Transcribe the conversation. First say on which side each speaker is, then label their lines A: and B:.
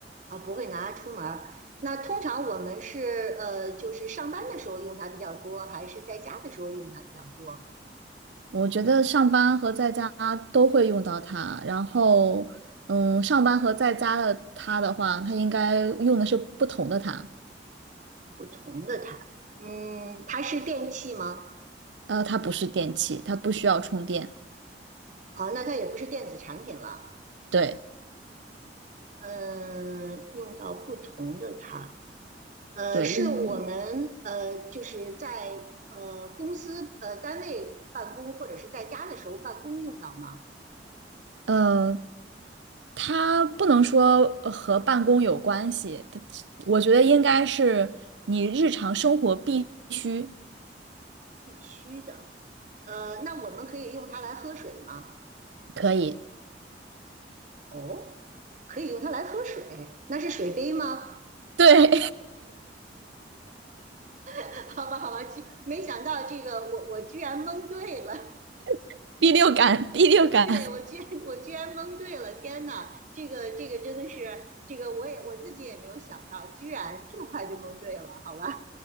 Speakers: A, on the right; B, on the right.
A: 啊？不会拿它出门儿。那通常我们是呃，就是上班的时候用它比较多，还是在家的时候用它比较多？
B: 我觉得上班和在家都会用到它。然后，嗯，上班和在家的它的话，它应该用的是不同的它。
A: 不同的它，嗯，它是电器吗？
B: 呃，它不是电器，它不需要充电。
A: 啊，那它也不是电子产品了。
B: 对
A: 嗯、用到不同的它，呃，
B: 对，
A: 是我们呃就是在呃公司呃单位办公或者是在家的时候办公用到吗？
B: 因为嗯，它不能说呃和办公有关系，它我觉得应该是你日常生活必须
A: 必须的。呃，那我们可以用它来喝水吗？
B: 可以。
A: 哦。可以用它来喝水，那是水杯吗？
B: 对，
A: <laughs> 好吧，好吧，居没想到这个我我居然蒙对了。
B: <laughs> 第六感，第六感。
A: <laughs> 对我居然我居然蒙对了，天呐，这个这个真的是这个我也我自己也没有想到，居然这么快就蒙对了，好吧？